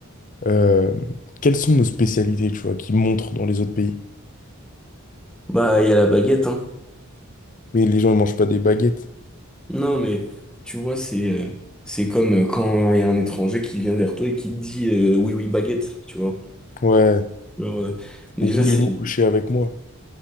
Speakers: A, on the left; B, in the centre.
A: euh, quelles sont nos spécialités, tu vois, qui montrent dans les autres pays?
B: Bah, il y a la baguette, hein.
A: Mais les gens, ne mangent pas des baguettes.
B: Non, mais tu vois, c'est euh, c'est comme euh, quand il y a un étranger qui vient vers toi et qui te dit euh, oui, oui, baguette, tu vois.
A: Ouais.
B: Genre, euh, déjà,
A: Ou voulez-vous
B: c'est.
A: coucher avec moi?